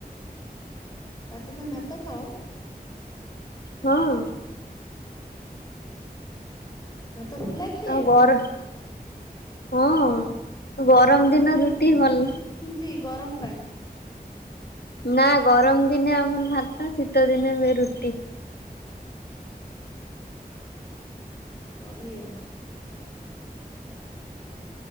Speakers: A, on the left (about 25°); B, on the left (about 85°).
A: ରାତିରେ ତମେ ଭାତ ଖାଅ?
B: ହଁ।
A: ଭାତ ଭଲ ଲାଗେ? ଖାଇବା
B: ଆଉ ଗର
A: ପାଇଁ
B: ହଁ ଗରମ ଦିନ ରୁଟି ଭଲ
A: ତି ଗରମ ପାଇଁ।
B: ନା ଗରମ ଦିନେ ଆମର ଭାତ ଶୀତ ଦିନେ ହୁଏ ରୁଟି।
A: ବଢ଼ିଆ।